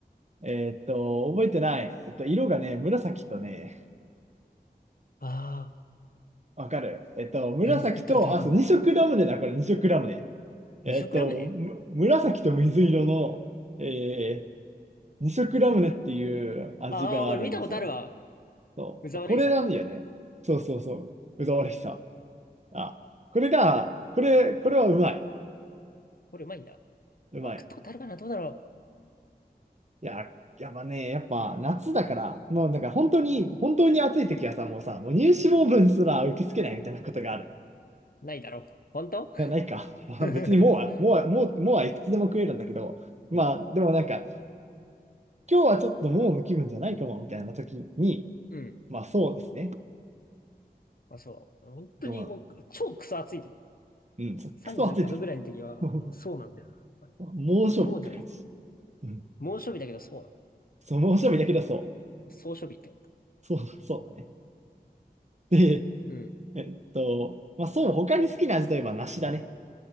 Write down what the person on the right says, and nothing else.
えっと、覚えてない。えっと、色がね、紫とね、
わかる。えっと、紫と、
あ、そう、二色ラムネだ、これ二色ラムネ。
えっと、む紫と水色の、えー、二色ラムネっていう味があるんですよ。
そう。
これなんだよね。そうそうそう。うざわれしさ。あ、これが、これ、これはうまい。
うまい。
いや、やっぱね、やっぱ夏だから、もうなんか本当に、本当に暑い時はさ、もうさ、もう乳脂肪分すら受け付けないみたいなことがある。
いやないか。<laughs> 別にもうは、もうは、もう、もうはいくつでも食えるんだけど、
まあでもなんか、今日はちょっともうの気分じゃないかもみたいな時に、
まあそうですね。
でも、
うん、そうクソ暑い時。
<laughs>
猛暑日って感じ。
うん。
そう、猛暑日だけどそ
う。そう、そうだね。で、
えっと、まあそう、他に好きな味といえば梨だね。